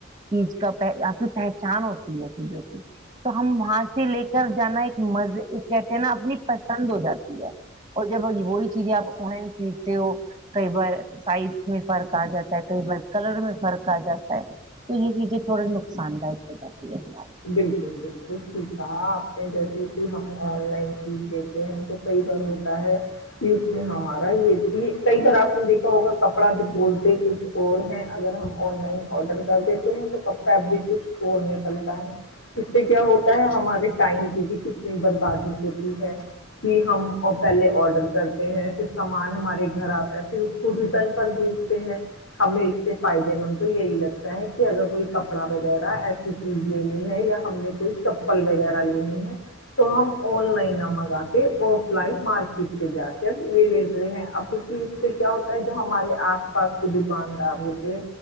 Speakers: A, on the right; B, on the left.
A: چیز کا آپ کی پہچان ہوتی ہے چیزوں کی تو ہم وہاں سے لے کر جانا ایک مزے کہتے ہیں نا اپنی پسند ہو جاتی اور جب وہی چیزیں آپ آنائن خریدتے ہو کئی بار سائز میں فرق آ جاتا ہے کئی بار کلر میں فرق آ جاتا ہے تو یہ لیجیںے چیزیں تھوڑے نقصان دائک تو ہوجاتی ہے ہمارے
B: بالکل بالکل ٹھیک کہا آپ نے جیسے کہ ہم آن لائن چیز ہیں تو کئی بار ہوتا ہے کہ اس میں ہمارا یہ یہ کئی بار آپ نے دیکھا ہوگا کپڑا جو بولتے کچھ اور ہیں اگر ہم آن لائن آڈر کر دیتے ہیں تو کپڑا بھی کچھ اور نکلتا ہے اس سے کیا ہوتا ہے ہمارے ٹائم کی بھی کتنی بربادی ہوتی ہے کہ ہم پہلے آڈر کرتے ہیں پھر سامان ہمارے گھر آتا ہے پھر اس کو رٹل پر دبیجھتے ہیں ہمیں اس سے فائدے مند تو یہی لگتا ہے کہ اگر کوئی کپڑا وغیرہ ایسی چیز لینی ہے یا ہم نے کوئی چپل وغیرہ لینی ہے تو ہم آن لائن نہ منگاتے آف لائن مارکیٹ سے جا کر لے لے لیتے ہیں اب اس سے کیا ہوتا ہے جو ہمارے آس پاس کے دکاندار ہوتے ہیں